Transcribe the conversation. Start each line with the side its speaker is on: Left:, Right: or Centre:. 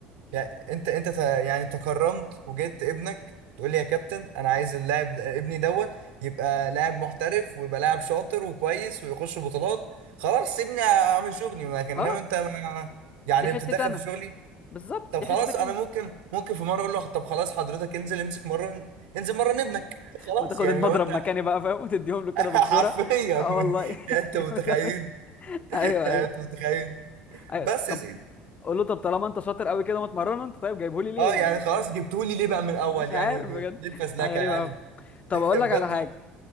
Right: يعني انت انت ت- يعني تكرمت وجبت ابنك تقول لي يا كابتن انا عايز اللاعب ده- ابني دوت يبقى لاعب محترف ويبقى لاعب شاطر وكويس ويخش بطولات خلاص ابني اعمل شغلي لكن
Left: اه
Right: انما انت ما يعني
Left: دي حتة
Right: بتتدخل
Left: انا
Right: في شغلي
Left: بالظبط
Right: طب
Left: دي
Right: خلاص
Left: حتتك
Right: انا
Left: انت
Right: ممكن ممكن في مره اقول له طب خلاص حضرتك انزل امسك مره انزل مره ابنك <laughs> خلاص
Left: ما تاخد
Right: يعني
Left: المضرب
Right: لو انت
Left: مكاني
Right: <laughs>
Left: بقى فاهم وتديهم له كده
Right: حرفيا
Left: بالكوره اه والله <laughs>
Right: يعني انت
Left: جامد
Right: متخيل
Left: قوي
Right: <laughs>
Left: ايوه
Right: يعني
Left: ايوه
Right: انت متخيل
Left: ايوه
Right: بس
Left: طب
Right: يا سيدي
Left: قول له طب طالما انت شاطر قوي كده متمرن انت طيب جايبه لي ليه
Right: اه
Left: يعني
Right: يعني خلاص جبتولي ليه بقى من الاول
Left: مش عارف
Right: يعني
Left: بجد
Right: ب- ليه الفزلكه
Left: حاجه غريبه
Right: يعني
Left: قوي طب اقول
Right: بجد
Left: لك على حاجه